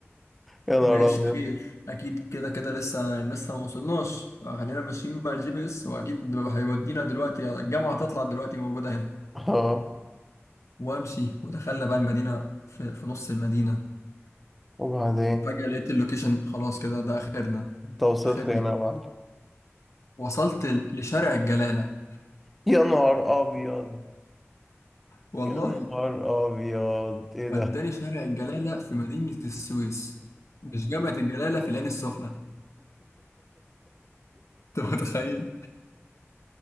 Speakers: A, in the centre; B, on the left.
A: يا نهار
B: ماشي
A: ابيض
B: خير اكيد كده كده لسه يعني لسه ما وصلناش آه، خلينا ماشيين مع الجي بي اس واكيد هيودينا دلوقتي يعني الجامعة هتطلع دلوقتي موجودة هنا
A: اه
B: وامشي ودخلنا بقى المدينة في, في نص المدينة
A: وبعدين
B: فجأة لقيت اللوكيشن خلاص كده ده اخرنا
A: انت وصلت
B: اخرنا
A: هنا يا معلم
B: وصلت ل- لشارع الجلالة
A: يا نهار ابيض
B: والله
A: يا نهار ابيض ايه
B: وداني
A: ده <laughs>
B: شارع الجلالة في مدينة السويس مش جامعة الجلالة في العين السخنة <laughs> انت متخيل؟